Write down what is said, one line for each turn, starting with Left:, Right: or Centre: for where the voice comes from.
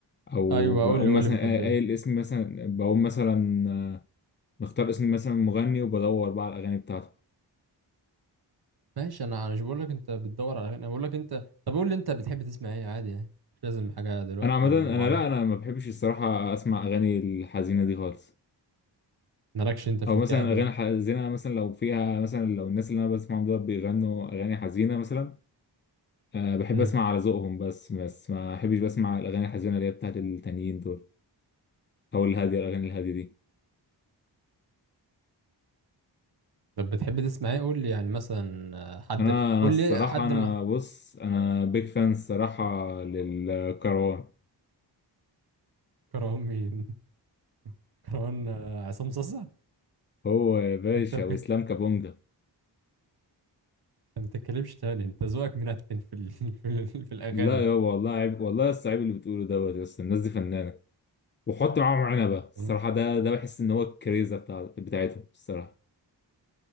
Left: او
Right: ايوه
Left: بقوم
Right: قول لي قول
Left: مثلا
Right: لي بتحب
Left: قا-
Right: ايه
Left: قايل اسم مثلا بقوم مثلا مختار اسم مثلا مغني وبدور بقى على الاغاني بتاعته
Right: ماشي انا انا مش بقول لك انت بتدور على اغاني انا بقول لك انت طب قول لي انت بتحب تسمع ايه عادي يعني مش لازم حاجه دلوقتي
Left: انا عامه انا
Right: معينه
Left: لا انا ما بحبش الصراحه اسمع اغاني الحزينه دي خالص
Right: مالكش انت في
Left: او
Right: الكآبة
Left: مثلا الاغاني
Right: ده
Left: الحزينه مثلا لو فيها مثلا لو الناس اللي انا بسمعهم دول بيغنوا اغاني حزينه مثلا أه بحب
Right: امم
Left: اسمع على ذوقهم بس بس ما بحبش بسمع الاغاني الحزينه اللي هي بتاعت التانيين دول او الهاديه الاغاني الهاديه دي
Right: طب بتحب تسمع ايه قول لي يعني مثلا آه، حد
Left: انا انا
Right: قول
Left: الصراحه
Right: لي حد
Left: انا
Right: ما
Left: بص انا بيج فان الصراحه للكروان
Right: كرهان مين <laughs> كرهان آه، عصام صاصا
Left: هو يا باشا
Right: انت بجد
Left: واسلام كابونجا
Right: ما تتكلمش تاني انت ذوقك منتن في ال... <laughs> في, ال... في الاغاني
Left: لا يابا والله عيب والله لسه عيب اللي بتقوله دوت يا اسطى الناس دي فنانه وحط معاهم عنبه الصراحه
Right: يعني
Left: ده ده بحس ان هو الكريزه بتاع بتاعتهم الصراحه